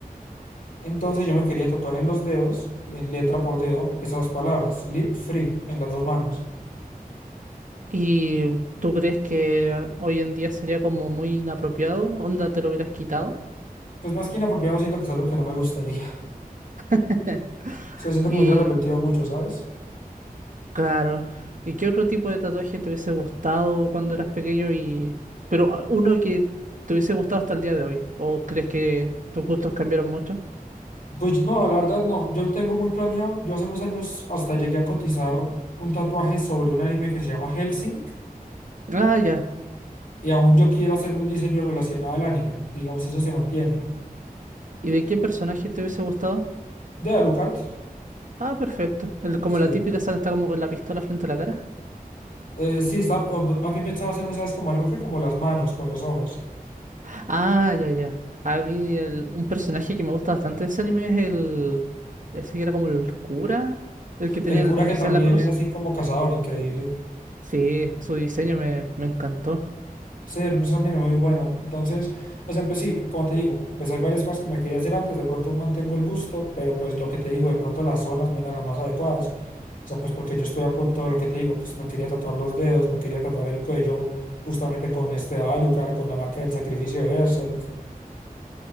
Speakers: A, on the left; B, on the right.
A: Entonces yo me quería tatuar en los dedos, en letra por dedo, esas palabras, lip free, en las dos manos.
B: ¿Y tú crees que hoy en día sería como muy inapropiado? ¿Onda te lo hubieras quitado?
A: Pues más que inapropiado, siento que es algo que no me gustaría. <laughs>
B: <laughs>
A: O sea, siento
B: Y
A: que me hubiera arrepentido mucho, ¿sabes?
B: Claro. ¿Y qué otro tipo de tatuaje te hubiese gustado cuando eras pequeño y... pero ah, uno que te hubiese gustado hasta el día de hoy? ¿O crees que tus gustos cambiaron mucho?
A: Pues no, la verdad no. Yo no tengo muy planeado. Yo hace unos años hasta llegué a cotizar un tatuaje sobre un anime que se llama Hellsing.
B: Ah, ya.
A: Y aún yo quiero hacerme un diseño relacionado al anime. Digamos, eso se mantiene.
B: ¿Y de qué personaje te hubiese gustado?
A: ¿De Alucard?
B: Ah, perfecto. El- como
A: Sí.
B: la típica esa que está como con la pistola frente a la cara.
A: Eh, sí, está, o más bien pensaba hacerme, ¿sabes? Como algo que como las manos, con los ojos.
B: Ah, ya, ya. A mí el- un personaje que me gusta bastante de ese anime es el... Ese que era como el cura, el que tenía,
A: El cura
B: el, el
A: que
B: que
A: también
B: sea la cruz.
A: era así como cazador, increíble.
B: Sí, su diseño me, me encantó.
A: Sí, era un anime muy bueno. Entonces, o sea, pues sí, como te digo, pues hay varias cosas que me quería hacer antes. De pronto mantengo el gusto, pero pues lo que te digo, de pronto las zonas no eran las más adecuadas. O sea, pues porque yo estoy a punto de lo que te digo, pues me quería tatuar los dedos, me quería tatuar el cuello, justamente con este Alucard, con la marca del sacrificio de Berserk.